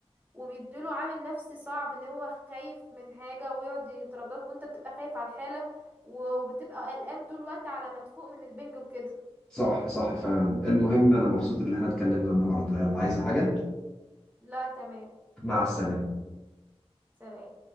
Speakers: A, on the right; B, in the centre.
A: وبيديله عامل نفسي صعب ان هو خايف من حاجة ويقعد يترجاك وانت بتبقى خايف على الحالة و- وبتبقى قلقان طول الوقت على ما تفوق من البنج وكده
B: صح صح فعلا المهم انا مبسوط ان احنا اتكلمنا النهارده يلا عايزه حاجه
A: لا تمام
B: مع السلامه
A: سلام